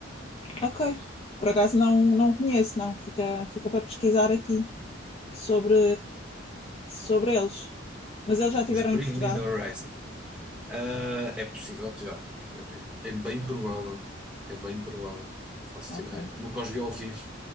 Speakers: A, on the left; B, in the centre.
A: Ok. Por acaso não, não conheço, não. Fica, fica para pesquisar aqui sobre Sobre eles. Mas eles já estiveram
B: os Bring
A: em Portugal?
B: Me the Horizon. Ah, é possível que já. É bem, é bem provável. É bem provável. Faço
A: Ok,
B: ideia. Nunca os vi ao vivo,